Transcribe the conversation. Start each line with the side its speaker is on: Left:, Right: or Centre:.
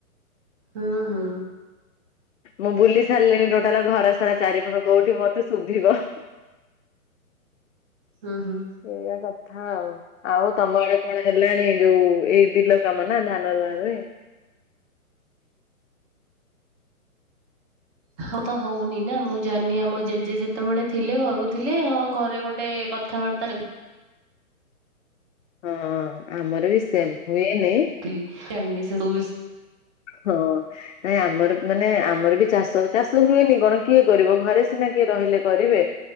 Right: ହୁଁ ହୁଁ
Left: ମୁଁ ବୁଲି ସାରିଲିଣି ଟୋଟାଲ ଘର ସାରା ଚାରି ପାଖ କୋଉଠି ମତେ ଶୁଭିବ
Right: ହଁ ହଁ
Left: ଏଇଆ କଥା ଆଉ ଆଉ ତମ ଆଡେ କଣ ହେଲାଣି ଯୋଉ ଏଇ ବିଲ କାମ ନା ଧାନ ରୁଆ ରୁଇ
Right: ହଁ ତ ହଉନି ନା ମୁଁ ଜାଣିନି ଆମ ଜେଜେ ଯେତେବେଳେ ଥିଲେ କରୁଥିଲେ ହଁ ଘରେ ଗୋଟେ କ ଥାବାର୍ତ୍ତା ହେଇ
Left: ହଁ ଆମର ବି ସେମ ହୁଏନି
Right: <unintelligible>
Left: ହଁ ନାଇଁ ଆମର ମାନେ ଆମର ବି ଚାଷ ଚାଷ ହୁଏନି କଣ କିଏ କରିବ ଘରେ ସିନା କିଏ ରହିଲେ କରିବେ